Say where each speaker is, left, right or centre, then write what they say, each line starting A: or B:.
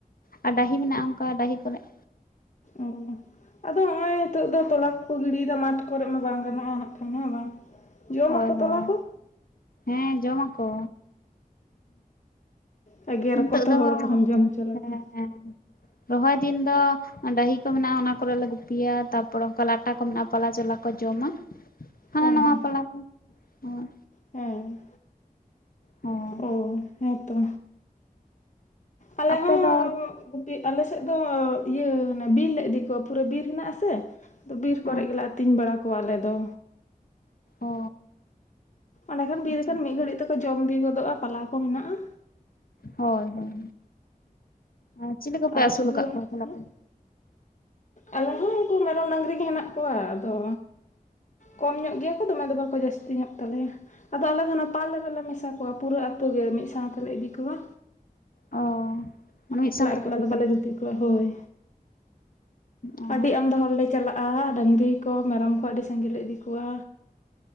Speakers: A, on the left (about 75°); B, on the left (about 55°).
A: ᱟᱨ ᱰᱟᱦᱤ ᱢᱮᱱᱟᱜ-ᱟ ᱚᱱᱠᱟ ᱰᱟᱦᱤ ᱠᱚᱨᱮᱜ
B: ᱚᱦᱳ ᱟᱫᱚ ᱱᱚᱜ-ᱚᱭ ᱱᱤᱛᱚᱜ ᱫᱚ ᱛᱚᱞᱟ ᱠᱚᱠᱚ ᱜᱤᱰᱤᱭ ᱫᱟ ᱢᱟᱴᱷ ᱠᱚᱨᱮᱜ ᱢᱟ ᱵᱟᱝ ᱜᱟᱱᱚᱜ-ᱟ ᱱᱟᱜ ᱠᱷᱟᱱ ᱦᱮᱸ ᱵᱟᱝ ᱡᱚᱢᱟᱠᱚ
A: ᱦᱚᱭ
B: ᱛᱚᱞᱟ
A: ᱦᱚᱭ
B: ᱠᱚ
A: ᱦᱮᱸ ᱡᱚᱢᱟ ᱠᱚ
B: ᱦᱮᱜ ᱮ ᱮᱜᱮᱨ
A: ᱱᱤᱛᱚᱜ
B: ᱟᱠᱚ ᱛᱚ
A: ᱫᱚ
B: ᱦᱚᱲ ᱠᱚᱦᱚᱸ ᱡᱚᱢ ᱦᱚᱪᱚ ᱞᱮ
A: ᱦᱮᱸ
B: ᱞᱮᱠᱟ
A: ᱦᱮᱸ ᱨᱚᱦᱚᱭ ᱫᱤᱱ ᱫᱚ ᱰᱟᱹᱦᱤ ᱠᱚ ᱢᱮᱱᱟᱜ-ᱟ ᱚᱱᱟ ᱠᱚᱨᱮ ᱞᱮ ᱜᱩᱯᱤᱭᱟ ᱛᱟᱨᱯᱚᱨᱮ ᱚᱱᱠᱟ ᱞᱟᱴᱟ ᱠᱚ ᱢᱮᱱᱟᱜ-ᱟ ᱯᱟᱞᱟ ᱪᱚᱞᱟ ᱠᱚ ᱡᱚᱢᱟ ᱦᱟᱱᱟ
B: ᱦᱮᱸ
A: ᱱᱟᱣᱟ
B: ᱦᱮᱸ
A: ᱛᱟᱞᱟ ᱠᱚ ᱦᱚᱭ
B: ᱦᱮᱸ
A: ᱦᱳᱭ
B: ᱚ ᱦᱮᱸᱛᱚ ᱟᱞᱮ
A: ᱟᱯᱮ
B: ᱦᱚᱸ
A: ᱫᱚ
B: ᱯᱤᱜ ᱟᱞᱮ ᱥᱮᱫ ᱫᱚ ᱤᱭᱟᱹ ᱵᱤᱨ ᱞᱮ ᱤᱫᱤ ᱠᱚᱣᱟ ᱯᱩᱨᱟᱹ ᱵᱤᱨ ᱦᱮᱱᱟᱜ ᱟᱥᱮ ᱵᱤᱨ
A: ᱦᱮᱸ
B: ᱠᱚᱨᱮᱜ ᱜᱮᱞᱮ ᱟᱹᱛᱤᱧ ᱵᱟᱲᱟ ᱠᱚᱣᱟ ᱟᱞᱮ ᱫᱚ
A: ᱚ
B: ᱚᱸᱰᱮ ᱠᱷᱟᱱ ᱵᱤᱨ
A: ᱟᱪᱪᱷᱟ
B: ᱠᱷᱟᱱ
A: ᱟᱪᱪᱷᱟ
B: ᱢᱤᱫ ᱜᱷᱟᱹᱲᱤᱡ ᱛᱮᱠᱚ ᱡᱚᱢ ᱵᱤ ᱜᱚᱫᱚᱜ-ᱟ ᱯᱟᱞᱟ ᱠᱚ ᱢᱮᱱᱟᱜ-ᱟ᱾
A: ᱦᱚᱭ ᱦᱚᱭ ᱟᱨ ᱪᱤᱞᱤ ᱠᱚᱯᱮ
B: ᱟᱨ
A: ᱟᱹᱥᱩᱞ
B: ᱥᱩᱫᱷᱩ
A: ᱠᱟᱜ
B: ᱚᱱᱟ
A: ᱠᱚᱣᱟ <unintelligible>
B: ᱟᱞᱮ ᱦᱚᱸ ᱩᱱᱠᱩ ᱢᱮᱨᱚᱢ ᱰᱟᱹᱝᱨᱤ ᱜᱮ ᱦᱮᱱᱟᱜ ᱠᱚᱣᱟ ᱟᱫᱚ ᱠᱚᱢ ᱧᱚᱜ ᱜᱮᱭᱟ ᱠᱚ ᱫᱚᱢᱮ ᱫᱚ ᱵᱟᱠᱚ ᱡᱟᱹᱥᱛᱤ ᱧᱚᱜ ᱛᱟᱞᱮᱭᱟ᱾ ᱟᱫᱚ ᱟᱞᱮ ᱫᱚ ᱚᱱᱟ ᱯᱟᱞ ᱨᱮᱫᱚ ᱞᱮ ᱢᱮᱥᱟ ᱠᱚᱣᱟ ᱯᱩᱨᱟᱹ ᱟᱛᱳ ᱜᱮ ᱢᱤᱫ ᱥᱟᱶ ᱛᱮᱞᱮ ᱤᱫᱤ ᱠᱚᱣᱟ᱾
A: ᱚ ᱢᱟᱱᱮ ᱢᱤᱫ
B: ᱮᱠᱞᱟ
A: ᱥᱟᱶ ᱛᱮᱯᱮ
B: ᱮᱠᱞᱟ
A: ᱜᱩᱯᱤᱭᱟ
B: ᱫᱚ ᱵᱟᱞᱮ ᱜᱩᱯᱤ ᱠᱚᱣᱟ ᱦᱳᱭ
A: ᱚ
B: ᱟᱹᱰᱤ ᱟᱢᱫᱟ ᱦᱚᱲ ᱞᱮ ᱪᱟᱞᱟᱜ-ᱟ ᱰᱟᱹᱝᱨᱤ ᱠᱚ ᱢᱮᱨᱚᱢ ᱠᱚ ᱟᱹᱰᱤ ᱥᱟᱸᱜᱮ ᱞᱮ ᱤᱫᱤ ᱠᱚᱣᱟ